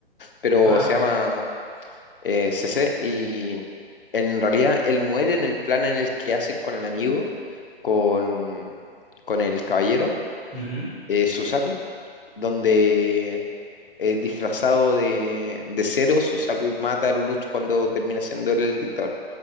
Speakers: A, on the left (about 60°); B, in the centre.
A: pero
B: Ah,
A: se
B: ok.
A: llama eh, c C y en realidad él muere en el plan en el que hacen con el amigo, con, con el caballero
B: Ujú.
A: eh, Susaku, donde eh, disfrazado de, de Zero, Susaku mata a Lelouch cuando termina siendo él el dictador.